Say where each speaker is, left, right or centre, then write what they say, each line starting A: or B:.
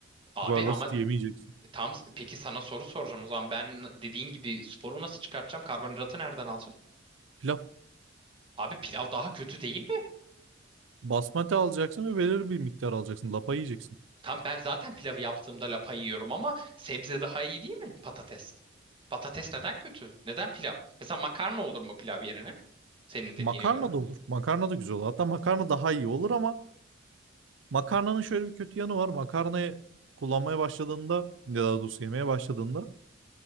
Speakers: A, on the right; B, on the right.
A: Abi
B: Bu kadar basit
A: ama
B: yemeyeceksin.
A: tam peki sana soru soracağım o zaman. Ben dediğin gibi sporu nasıl çıkartacağım? Karbonhidratı nereden alacağım?
B: Pilav
A: Abi pilav daha kötü değil mi?
B: basmati alacaksın ve belirli bir miktar alacaksın. Lapa yiyeceksin.
A: Tam ben zaten pilavı yaptığımda lapa yiyorum ama sebze daha iyi değil mi? Patates. Patates neden kötü? Neden pilav? Mesela makarna olur mu pilav yerine? Senin dediğine
B: Makarna
A: göre.
B: da olur. Makarna da güzel olur. Hatta makarna daha iyi olur ama makarnanın şöyle bir kötü yanı var. Makarnayı kullanmaya başladığında ya daha doğrusu yemeye başladığında